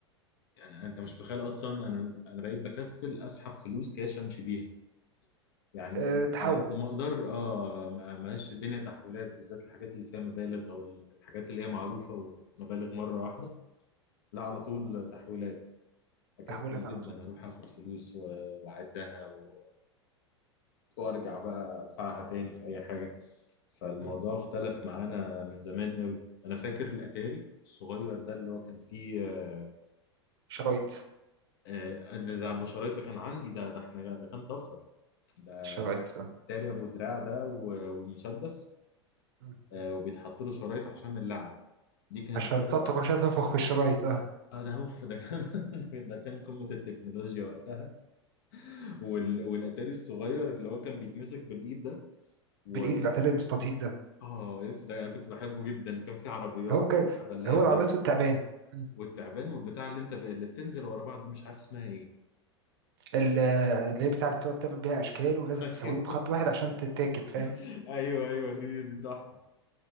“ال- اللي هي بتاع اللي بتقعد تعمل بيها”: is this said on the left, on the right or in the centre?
Right